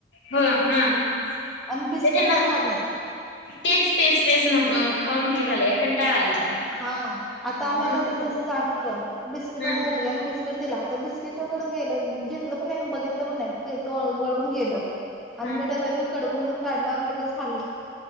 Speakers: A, on the left (about 85°); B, in the centre.
A: हम्म, हा.
B: आणि बिस्किट
A: ते त्यांना
B: तेन खात नाहीत.
A: तेच तेच तेच न खाऊन हे झालंय, कंटाळा आलाय.
B: हा आता
A: म्हणून
B: आम्हाला
A: काहीतरी
B: ते जसं जाणवलं, बिस्किट
A: हा
B: मुलग्यान बिस्क दिला, तर बिस्किटाकड गेलं घेतलं पण नाही बघितलं पण नाही तो- वळून गेलं. आणि
A: हा
B: मी डब्यातन कडबू तेन काढल्यावर लगेच खाल्लं.